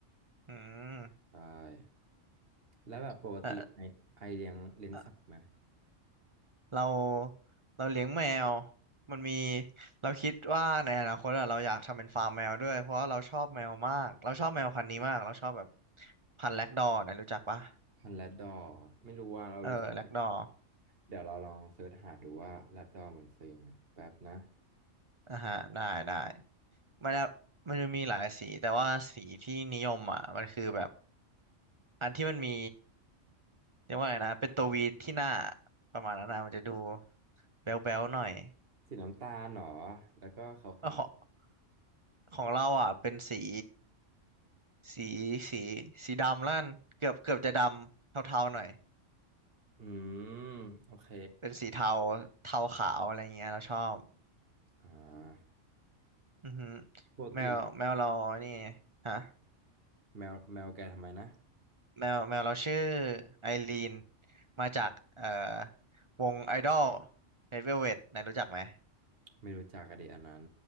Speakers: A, on the right; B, on the right.
A: อืม
B: ใช่แล้วแบบปกติไอไอเลี้ยงเลี้ยงสัตว์ไหม
A: เออเอ่อเราเราเลี้ยงแมว มันมีเราคิดว่าในอนาคตอะเราอยากทำเป็นฟาร์มแมวด้วยเพราะว่าเราชอบแมวมาก เราชอบแมวพันธุ์นี้มาก เราชอบแบบพันธุ์แล็กดอร์นะรู้จักปะ
B: พันธุ์แรดดอร์ไม่รู้ว่าเรารู้จัก
A: เออแล็กดอร์
B: เดี๋ยวเราลองเสิร์ชหาดูว่าแรดดอร์มันคือยังไงแป๊บนะ
A: อ่ะฮะได้ได้ มันจะมันจะมีหลายสีแต่ว่าสีที่นิยมอ่ะมันคือแบบอันที่มันมีเรียกว่าไงนะเป็นตัววีที่หน้าประมาณนั้นนะมันจะดูแบ๊วๆหน่อย
B: สีน้ำตาลเหรอแล้วก็ขาว
A: เออของของเราอ่ะเป็นสีสีสีสีดำแล้วกันเกือบเกือบจะดำเทาๆหน่อย
B: อืมโอเค
A: เป็นสีเทาเทาขาวอะไรเงี้ยเราชอบ
B: อ่า
A: อือหือ
B: ปกติ
A: แมวแมวเรานี่ฮะ
B: แมวแมวแกทำไมนะ
A: แมวแมวเราชื่อไอรีนมาจากเอ่อวงไอดอล Red Velvet นายรู้จักไหม
B: ไม่รู้จักกันดีอันนั้น